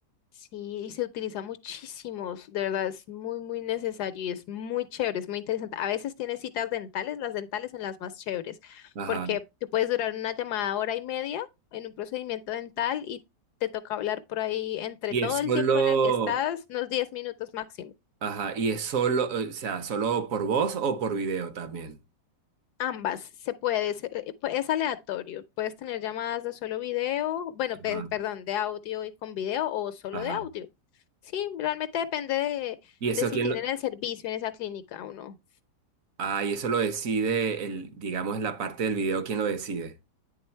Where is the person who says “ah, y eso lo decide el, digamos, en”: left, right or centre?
Right